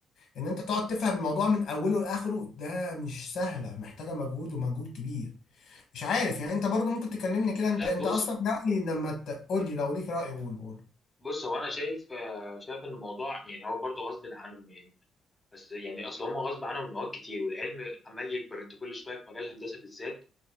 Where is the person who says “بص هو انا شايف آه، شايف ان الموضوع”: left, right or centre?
Left